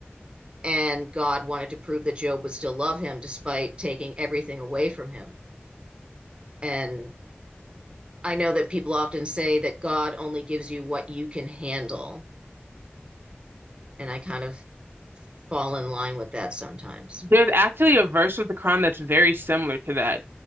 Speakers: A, on the right; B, on the right.
A: and God wanted to prove that Job would still love him despite taking everything away from him. And I know that people often say that God only gives you what you can handle. And I kind of fall in line with that sometimes.
B: There's actually a verse of the Quran that's very similar to that.